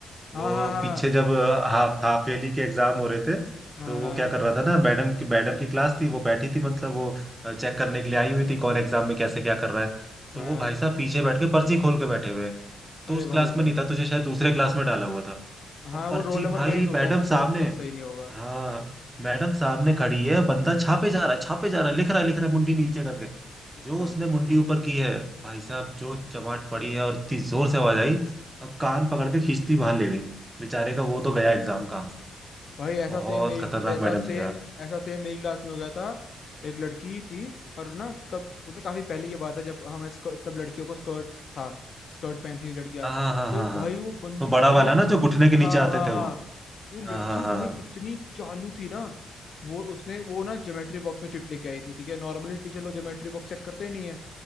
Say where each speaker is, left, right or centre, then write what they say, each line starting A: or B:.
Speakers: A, on the left; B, on the right.
A: हाँ
B: वो
A: हाँ हाँ
B: पीछे जब हाफ हाफ ईयरली के एग्जाम हो रहे थे
A: हाँ
B: तो वो क्या कर रहा था ना मैडम की मैडम की क्लास थी वो बैठी थी मतलब वो चेक करने के लिए आई हुई थी कौन एग्जाम में कैसे क्या कर रहा है
A: हाँ
B: तो वो
A: हाँ हाँ।
B: भाई साहब पीछे बैठ के पर्ची खोल के बैठे हुए हैं। तो
A: अरे
B: उस क्लास
A: भाई
B: में
A: साहब
B: नहीं था तुझे शायद दूसरे क्लास में डाला हुआ था
A: हाँ
B: और पर्ची
A: वो रोल नंबर
B: भाई
A: वाइज होता
B: मैडम
A: है ना तो
B: सामने
A: उसका सही नहीं होगा
B: हाँ मैडम सामने खड़ी है बंदा छापे जा रहा है छापे जा रहा है लिख रहा है लिख रहा है मुंडी नीचे करके
A: अच्छा
B: जो उसने मुंडी ऊपर की है भाई साहब जो चमाट पड़ी है और इतनी जोर से आवाज आई और कान पकड़ के खींचती बाहर ले गई बेचारे का वो
A: ओ
B: तो
A: भाई
B: गया एग्जाम काम से
A: भाई ऐसा
B: बहुत
A: सेम मेरी
B: खतरनाक
A: ऐसा
B: मैडम
A: सेम
B: थी यार
A: ऐसा सेम मेरी क्लास में हो गया था एक लड़की थी और ना तब मतलब काफी पहले की बात है जब हमें स्क- तब लड़कियों को स्कर्ट था स्कर्ट पहनती थी लड़कियां
B: हाँ हाँ हाँ
A: तो
B: हाँ हाँ
A: भाई वो बंदी
B: वो बड़ा
A: इतनी
B: वाला ना जो घुटने के
A: हाँ
B: नीचे आते
A: हाँ
B: थे
A: हाँ
B: वो
A: वो लड़की
B: हाँ हाँ
A: भाई इतनी चालू थी ना वो उसने वो ना ज्योमेट्री बॉक्स में चिट लेके आई थी ठीक है नॉर्मली टीचर लोग ज्योमेट्री बॉक्स चेक करते ही नहीं है